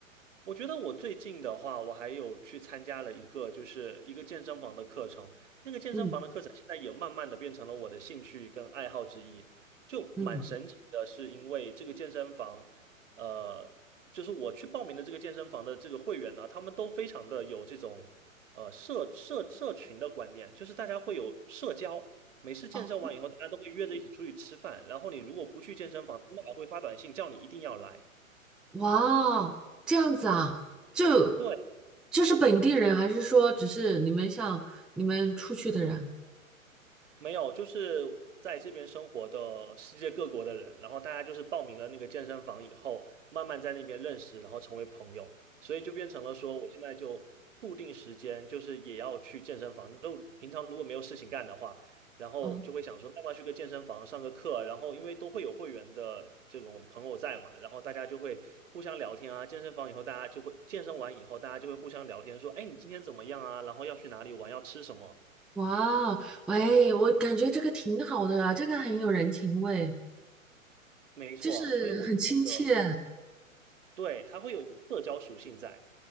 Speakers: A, on the right; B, in the centre.
A: 我觉得我最近的话，我还有去参加了一个，就是一个健身房的课程。那个健身房的课程现在也慢慢的变成了我的兴趣跟爱好之一，
B: 嗯
A: 就蛮神奇的，
B: 嗯，
A: 是因为这个健身房，呃，就是我去报名的这个健身房的这个会员呢，他们都非常的有这种呃社社社群的观念，就是大家会有社交。每次健身完以后，
B: 哦
A: 大家都会约着一起出去吃饭，然后你如果不去健身房，他们还会发短信叫你一定要来。
B: 哇哦这样子啊，就
A: 对。
B: 就是本地人，还是说只是你们像你们出去的人？
A: 没有，就是在这边生活的世界各国的人，然后大家就是报名了那个健身房以后，慢慢在那边认识，然后成为朋友，所以就变成了说，我现在就固定时间就是也要去健身房。都平常如果没有事情干的话，然后就会想说，
B: 哦，
A: 那么去个健身房上个课，然后因为都会有会员的这种朋友在嘛，然后大家就会互相聊天啊。健身房以后，大家就会健身完以后，大家就会互相聊天，说，哎，你今天怎么样啊？然后要去哪里玩，要吃什么。
B: 哇，喂，我感觉这个挺好的啊，这个很有人情味，
A: 没错，
B: 就是很亲切。
A: 所以我就觉得，对，它会有一种社交属性在。